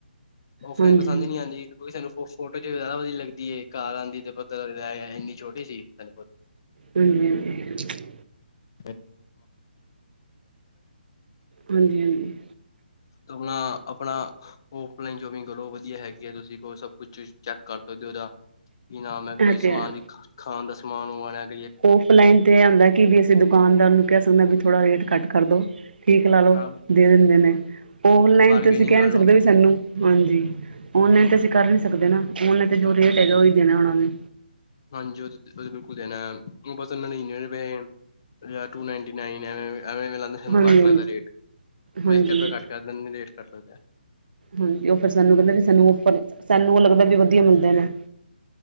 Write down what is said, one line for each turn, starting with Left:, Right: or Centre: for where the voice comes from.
Left: ਔਫਲਾਈਨ
Right: ਹਾਂਜੀ
Left: ਪਸੰਦ ਈ ਨੀ, ਆਂਦੀ। ਕਿਉਂਕਿ ਸਾਨੂੰ ਫੋ ਫੋਟੋ ਚ ਜ਼ਾਦਾ ਵਧੀ ਲੱਗਦੀ ਏ। ਘਾਰ ਆਂਦੀ ਤੇ ਪਤਾ ਲੱਗਦਾ ਐ, ਆਏ-ਹਾਏ ਇੰਨੀ ਛੋਟੀ ਸੀ। ਸਾਨੂੰ ਪਤਾ।
Right: ਹਾਂਜੀ-ਹਾਂਜੀ।
Left: <inaudible>
Right: ਹਾਂਜੀ ਹਾਂਜੀ
Left: ਅਪਣਾ-ਅਪਣਾ। ਔਫਲਾਈਨ ਸ਼ੋਪਿੰਗ ਕਰੋ ਵਧੀਆ ਹੈਗੀ ਐ। ਤੁਸੀਂ ਕੋ ਸਭ ਕੁਛ ਚੈੱਕ ਕਰ ਸਕਦੇ ਹੋ, ਉੱਦਾ। ਕੀ ਨਾਮ ਐ, ਕੋਈ
Right: ਇਹ
Left: ਸਮਾਨ
Right: ਤੇ ਹੈ
Left: ਖ ਖਾਣ ਦਾ ਸਮਾਨ ਮਗੰਵਾਨਾ ਐ।
Right: ਔਫਲਾਈਨ ਤੇ ਐ ਹੁੰਦਾ ਕਿ ਵੀ ਅਸੀਂ ਦੁਕਾਨਦਾਰ ਨੂੰ ਕੈ ਸਕਦੇ ਨਾ, ਵੀ ਥੋੜਾ ਰੇਟ ਕੱਟ ਕਰਦੋ। ਠੀਕ ਲਾ ਲੋ,
Left: ਹਾਂ
Right: ਦੇ ਦਿੰਦੇ ਨੇ, ਔਨਲਾਈਨ,
Left: ਬਾਰਗੇਨਿੰਗ
Right: ਤੇ ਤੁਸੀਂ ਕੈ
Left: ਕਰ
Right: ਨੀ
Left: ਲਓ
Right: ਸਕਦੇ ਵੀ ਸਾਨੂੰ। ਹਾਂਜੀ, ਔਨਲਾਈਨ, ਤੇ ਅਸੀਂ ਕਰ ਨੀ ਸਕਦੇ ਨਾ। ਔਨਲਾਈਨ ਤੇ ਜੋ ਰੇਟ ਹੈਗਾ, ਔਹੀ ਦੇਣਾ ਔੱਨਾਂ ਨੇ।
Left: ਹਾਂਜੀ, ਔ ਔ, ਤੇ ਬਿਲਕੁਲ ਦੇਣਾ ਹੁਣ ਬਸ <unintelligible> ਯਾ ਟੂ-ਨਾਈੰਟੀ-ਨਾਈਨ ਘਵੇ-ਐਵੇ ਲਾਂਦੇ। ਸਾਨੂੰ
Right: ਹਾਂਜੀ
Left: ਕੱਟ ਲੱਗਦਾ, ਰੇਟ
Right: ਹਾਂਜੀ ਹਾਂਜੀ
Left: ਔ ਇੱਕ ਰੁਪਇਆ ਕੱਟ ਜਦਨ ਵੀ ਰੇਟ ਕਟੱ ਸਕਦਾ ਐ।
Right: ਹਾਂਜੀ, ਔ ਫੇਰ ਸਾਨੂੰ ਕੈਂਦੇ ਵੀ ਸਾਨੂੰ ਔਫਰ ਏ। ਸਾਨੂੰ ਔ ਲੱਗਦਾ ਵੀ ਵਧੀਆ ਮਿਲਦੇ ਨੇ।